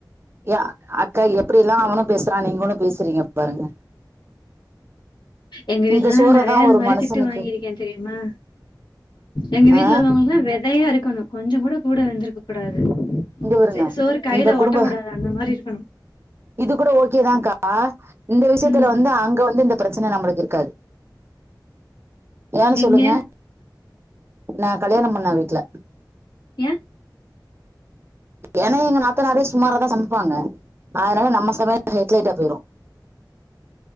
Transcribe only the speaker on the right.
யா அக்கா எப்டில்லா அவனு பேசுறா நீங்களு பேசுறீங்க பாருங்க
இந்த சோறதா
ஒரு
மனுஷனுக்கு
ஆ
இங்க பாருங்க
இந்த குடும்ப
இது கூட ஓகேதான்கா இந்த விஷயத்துல
வந்து அங்க வந்து இந்த பிரச்சனை நம்மளுக்கு இருக்காது ஏன்னு
சொல்லுங்க நா கல்யாணம் பண்ண வீட்டுல
ஏனா எங்க நாத்தநாரே சுமாரா தா சமைப்பாங்க அதனால நம்ம சமையல் ஹெட்லைட்டா போயிரு